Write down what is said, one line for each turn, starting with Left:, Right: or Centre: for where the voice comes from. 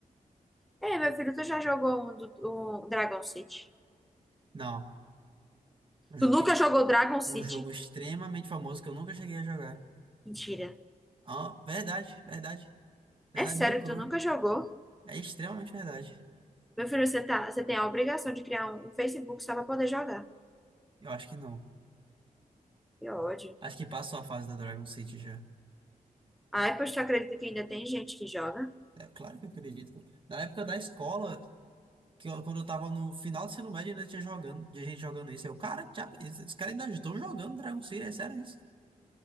Centre: Ei, meu filho, tu já jogou um do um Dragon City?
Right: Não, um jogo,
Centre: Tu nunca
Right: que-
Centre: jogou Dragon City?
Right: um jogo extremamente famoso que eu nunca cheguei a jogar.
Centre: Mentira.
Right: Ah, verdade, verdade. Verdade
Centre: É sério
Right: nua e crua.
Centre: que tu nunca jogou?
Right: É extremamente verdade.
Centre: Meu filho, você tá, você tem a obrigação de criar um, um Facebook só pra poder jogar.
Right: Eu acho que não.
Centre: Que ódio.
Right: Acho que passou a fase da Dragon City já.
Centre: Ai, pois tu acredita que ainda tem gente que joga?
Right: É claro que eu acredito. Na época da escola, que eu- quando eu tava no final do ensino médio, ainda tinha jogando, tinha gente jogando isso. Eu, cara, já, es- os caras ainda estão jogando Dragon City, é sério isso?